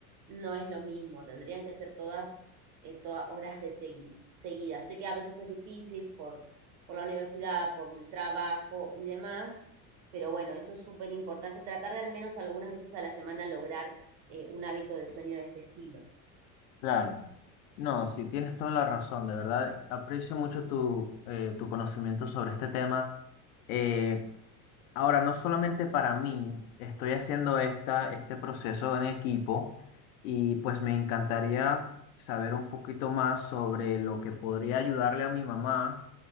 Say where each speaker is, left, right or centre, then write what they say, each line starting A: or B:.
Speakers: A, on the right (about 70°); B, on the left (about 80°).
A: no es lo mismo, tendrían que ser todas eh, toda- horas de segui- seguidas. Sé que a veces es difícil por, por la universidad, por el trabajo y demás, pero bueno, eso es súper importante, tratar de al menos algunas veces a la semana lograr eh, un hábito de sueño de este estilo.
B: Claro. No, sí, tienes toda la razón, de verdad. Aprecio mucho tu, eh, tu conocimiento sobre este tema. Eh, ahora, no solamente para mí, estoy haciendo esta, este proceso en equipo y pues me encantaría saber un poquito más sobre lo que podría ayudarle a mi mamá